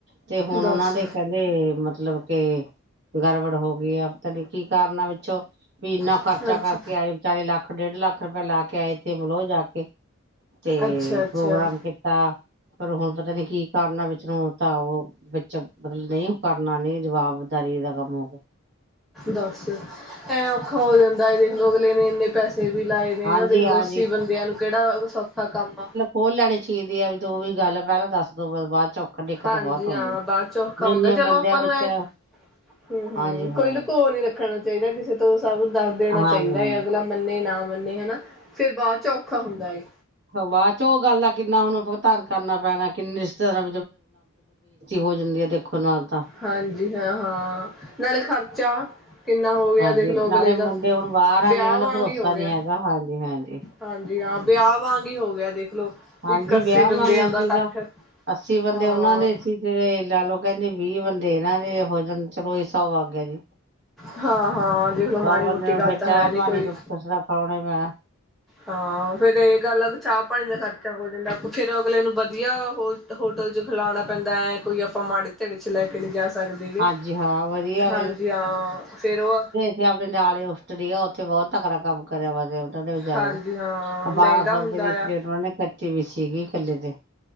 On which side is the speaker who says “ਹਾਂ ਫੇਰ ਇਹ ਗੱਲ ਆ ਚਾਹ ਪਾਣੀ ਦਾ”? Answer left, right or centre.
Centre